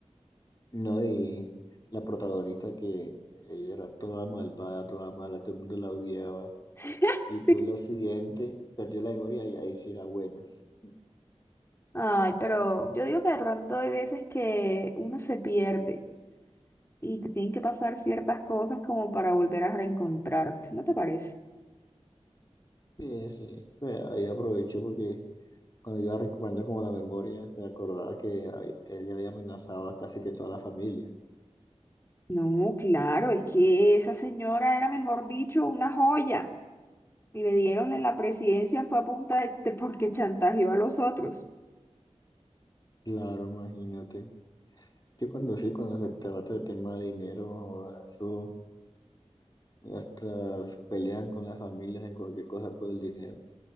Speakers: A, on the left; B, on the left.
A: ¿no? Y la protagonista que ella era toda malvada, toda mala, todo el mundo la odiaba
B: <laughs>
A: y todo
B: Sí.
A: lo siguiente, perdió la memoria y ahí sí era buenas.
B: Ay, pero yo digo que de pronto hay veces que uno se pierde y te tienen que pasar ciertas cosas como para volver a reencontrarte, ¿no te parece?
A: Sí, sí, pues, ahí aproveché porque cuando iba recuperando como la memoria, me acordaba que hab- ella había amenazado a casi que toda la familia.
B: No, claro, es que esa señora era, mejor dicho, una joya. y le dieron en la presidencia fue a punta de, de- porque chantajeó a los otros.
A: Claro, imagínate. Que cuando sí, cuando se trata de tema de dinero, joda, eso hasta se pelean con las familias en cualquier cosa por el dinero.